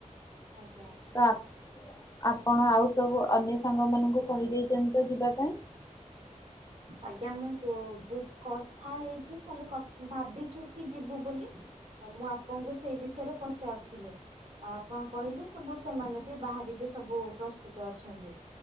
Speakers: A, on the right; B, on the left.
A: ଆଜ୍ଞା।
B: <unintelligible> ଆପଣ ଆଉ ସବୁ ଅନ୍ୟ ସାଙ୍ଗ ମାନଙ୍କୁ କହିଦେଇଛନ୍ତି ତ ଯିବା ପାଇଁ?
A: ଆଜ୍ଞା ମୁଁ କଥା ବୁ କ କଥା ହେଇଛି ଖାଲି ଭାବିଛୁ କି ଯିବୁ ବୋଲି ଆଉ ମୁଁ ଆପଣଙ୍କୁ ସେଇ ବିଷୟରେ ପଚାରୁଥିଲି। ଆ ଆପଣ କହିଲେ ସବୁ ସେମାନେ ବି ବାହାର ବି ସବୁ ପ୍ରସ୍ତୁତ ଅଛନ୍ତି।